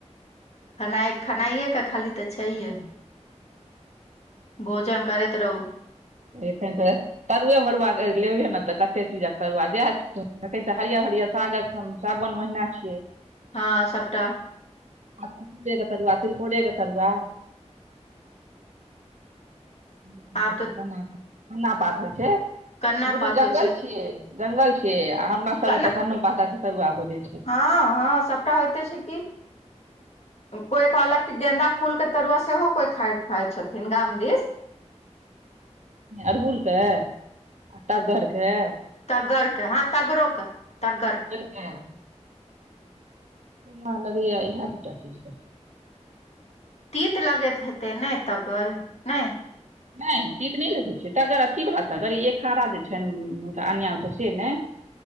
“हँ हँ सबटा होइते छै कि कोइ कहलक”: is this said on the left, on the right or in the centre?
Left